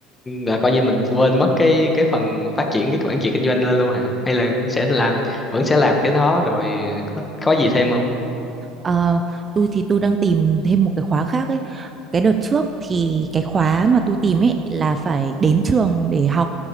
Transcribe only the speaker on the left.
là coi như mình quên mất cái cái phần phát triển cái quản trị kinh doanh lên luôn hả hay là sẽ làm vẫn sẽ làm cái đó rồi có có gì thêm không